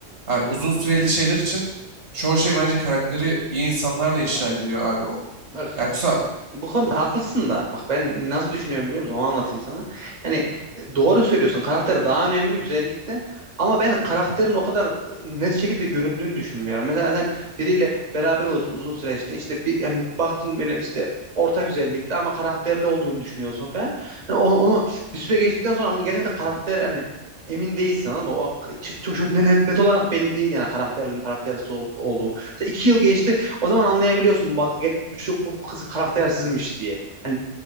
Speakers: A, on the right (about 65°); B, on the right (about 35°).
A: Abi uzun süreli şeyler için çoğu şey bence karakteri iyi insanlarla inşa
B: abi,
A: ediliyor abi. O,
B: bak
A: yoksa
B: Bu konuda haklısın da. Bak ben nasıl düşünüyorum biliyor musun? Onu anlatayım sana. Yani e, doğru söylüyorsun. Karakter daha önemli güzellikten. Ama ben karakterin o kadar e, net şekilde göründüğünü düşünmüyorum. Mesela sen biriyle beraber oluyorsun uzun süreçte. İşte bir yani baktın böyle işte orta güzellikte ama karakterli olduğunu düşünüyorsun falan. Yani onu, onu bir süre geçtikten sonra onun gerçekten karakter hani emin değilsin ama o ç- ç- ç- net, net olarak belli değil yani karakterli mi karaktersiz ol, olduğum. Mesela iki yıl geçti o zaman anlayabiliyorsun bu, ad- bu, çocuk- bu bu kız karaktersizmiş diye. Hani